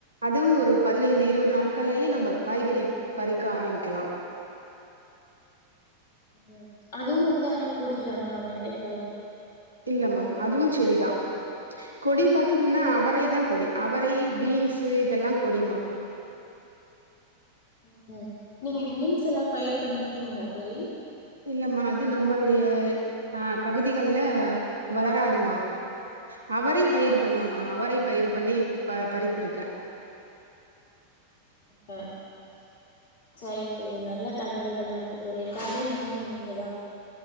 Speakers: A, on the right (about 80°); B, on the left (about 50°).
A: அதுவு ஒரு பதினைந்து இருவது நாட் கல்லியே நம்ப
B: ம்ஹும்
A: காய்கறிப் பறிக்க ஆரம்பிக்கலா
B: ம் அதுவு வந்து ஆனா கொடிதானா வெண்டைக்காய்
A: இல்லமா அதுவு செடிதா கொடி பாத்தீங்னா அவரை தா
B: ம்ஹும்
A: கொடி அவரை பீன்ஸு இதெல்லா கொடிமா
B: உம் உ நீங்க பீன்ஸுல்லா பயிர் பண்ணிர்க்கீங்ளா தோலி
A: இல்லமா அது நம்மளுடைய அஹ் பகுதிகள்ல வளராதுமா அவரை பயிரு பண்ணுவமா அவரை பயிரு பண்ணி ப பறித் இருக்க
B: ஹ் சரி தோலி நல்ல தகவல்களா இருக்கு தோலி காலை உணவு முடிந்ததா